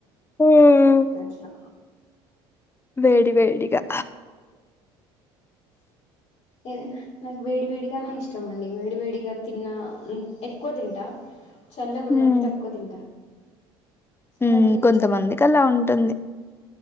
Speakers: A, on the left; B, on the left.
A: ఉమ్,
B: అట్లా
A: వేడి వేడిగా
B: ఏదేనా నాకు వేడి వేడికనే ఇష్టం అండి వేడి వేడిక తిన్న ఎక్కువ తింటా చల్ల గున్నప్పుడు
A: హ్మ్.
B: తక్కువ తింటా చిన్నప్పటి
A: ఉం
B: నుంచి
A: కొంతమందికి అలా ఉంటుంది